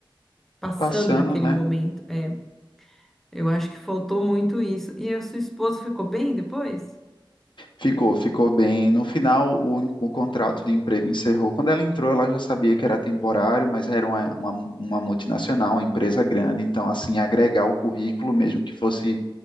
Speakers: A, in the centre; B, on the left.
A: passando
B: Passando,
A: naquele
B: né?
A: momento. é, eu acho que faltou muito isso. E a sua esposa ficou bem depois?
B: Ficou, ficou bem. No final, o, en- o contrato de emprego encerrou. Quando ela entrou, ela já sabia que era temporário, mas era uma, uma, uma multinacional, uma empresa grande, então, assim, agregar o currículo, mesmo que fosse